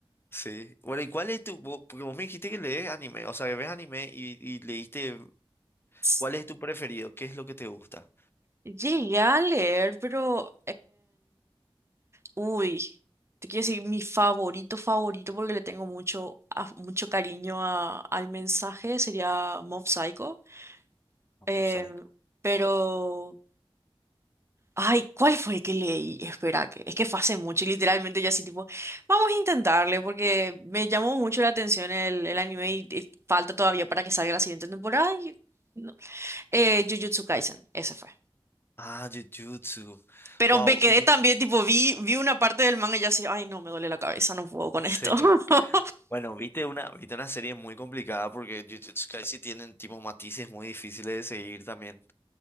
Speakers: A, on the left; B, on the right.
A: sí. Bueno, ¿y cuál es tu...? vo- Porque vos me dijiste que lees anime. O sea, que ves anime y, y leíste...
B: Sí,
A: ¿Cuál es tu preferido? ¿Qué es lo que te gusta?
B: Llegué a leer, pero Uy, te quiero decir mi favorito, favorito, porque le tengo mucho, af- mucho cariño a- al mensaje, sería Mob Psycho.
A: Mob
B: Em,
A: Psycho.
B: pero, ay, ¿cuál fue que leí? Espera, que es que fue hace mucho y literalmente yo así tipo, vamos a intentarle, porque me llamó mucho la atención el, el anime y, y falta todavía para que salga la siguiente temporada. y no. Eh, Jujutsu Kaisen, ese fue.
A: Ah, Jujutsu.
B: Pero
A: Wow.
B: me quedé
A: Y, vi-
B: también, tipo, vi, vi una parte del manga y ya así, ay, no, me duele la cabeza, no puedo con
A: <laughs>
B: esto.
A: sí.
B: <laughs>
A: Bueno, viste una, viste una serie muy complicada porque Jujutsu Kaisen tienen tipo matices muy difíciles de seguir también.